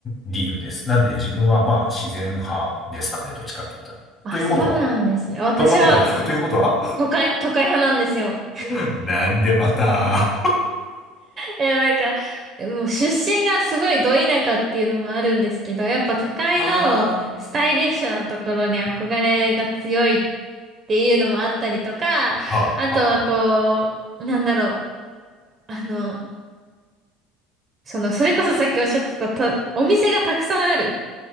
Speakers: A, on the left (about 15°); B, on the right (about 25°).
A: 理由です。なんで自分はまあ自然派ですかね、どっちかって言ったら。
B: あ、
A: ということは
B: そうなんですね。私は、
A: そんなことを聞くということは
B: 都会、都会派なんですよ。
A: <laughs> なんでまた。
B: いや、なんか、もう出身がすごいど田舎っていうのもあるんですけど、やっぱ都会のスタイリッシュなところに憧れが強いっていうのもあったりとか、
A: ああ、はあ、はあ、
B: あとはこう、
A: は
B: なんだろう、あの、その、それこそさっきおっしゃってたと、お店がたくさんある。